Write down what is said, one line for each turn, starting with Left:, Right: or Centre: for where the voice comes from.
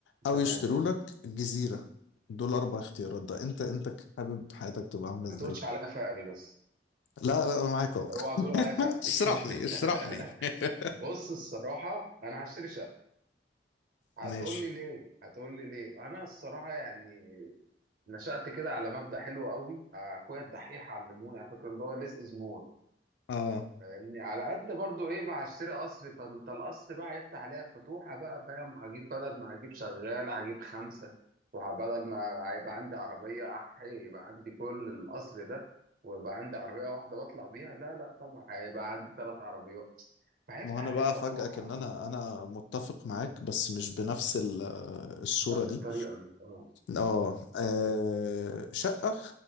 Left: او
Right: تمام
Left: يشتروا لك جزيرة دول اربع اختيارات ده انت انت حابب حياتك تبقى عاملة
Right: ما
Left: ازاي
Right: تقولش عليا فقري بس
Left: لا لا انا معاك اهو
Right: اوعى تقول عليا فقري
Left: <laughs> اشرح لي اشرح
Right: <laughs>
Left: لي <laughs>
Right: بص الصراحة أنا هشتري شقة هتقول
Left: ماشي
Right: لي ليه هتقول لي ليه أنا الصراحة يعني نشأت كده على مبدأ حلو قوي أخويا الدحيح علموني على فكرة اللي هو ليس إز مور
Left: اه
Right: فاهمني على قد برضو إيه ما هشتري قصر فأنت القصر بقى هيفتح عليا فتوحة بقى فاهم وهجيب بدل ما هجيب شغالة هجيب خمسة وبدل ما هيبقى عندي عربية أحي يبقى عندي كل القصر ده ويبقى عندي عربية واحدة بطلع بيها لا لا طبعا هيبقى عندي ثلاث عربيات فهيفتح
Left: ما هو انا
Right: عليها
Left: بقى افاجئك
Right: فتوحة
Left: ان انا انا متفق معاك بس مش بنفس ال- الصوره
Right: بنفس
Left: دي
Right: الطريقة دي اه
Left: اه آه، شقه